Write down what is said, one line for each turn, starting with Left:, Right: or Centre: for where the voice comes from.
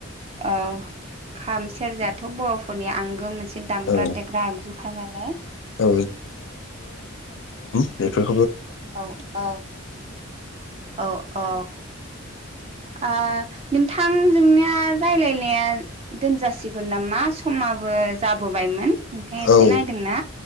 Right: औ खाम सेरजायाथ' बर' फोरनि आंगो मोन से दामग्रा
Left: औ
Right: देग्रा आगजु खानालाय।
Left: औ बेफोर
Right: औ औ औ औ आ‌ नों थां जोंनिया रायलायनाया दोनजासिगोन नामा समाबो जाबोबायमोन नोंथाङा एसे
Left: औ
Right: नायदों ना